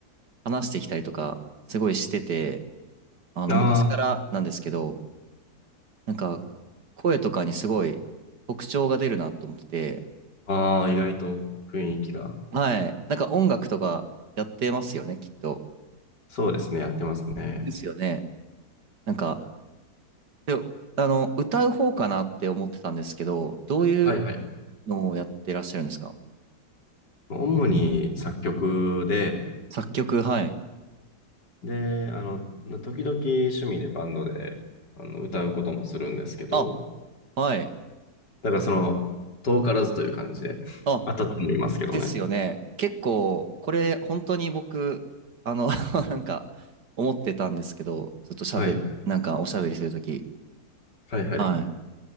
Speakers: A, on the right (about 70°); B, on the left (about 75°).
A: 話してきたりとか、すごいしてて、あの、
B: あ
A: 昔からなんですけど、なんか、声とかにすごい特徴が出るなと思ってて、
B: あ、ああ、意外と雰囲気が。
A: はい。なんか音楽とかやってますよね、きっと。
B: そうですね、やってますね。
A: ですよね。なんか、で、あの、歌う方かなって思ってたんですけど、どういう
B: はいはい。
A: のをやってらっしゃるんですか
B: 主に作曲で、
A: 作曲、はい。
B: で、あの、時々趣味でバンドであの歌うこともするんですけど、
A: あ、はい。
B: だからその、遠からずという感じで、
A: あ、
B: 当たってもいますけどね。
A: ですよね。結構、これ、本当に僕、あの、<laughs> なんか、思ってたんですけど、ずっとしゃべなんかおしゃべりするとき。
B: はい。はいはい。
A: はい。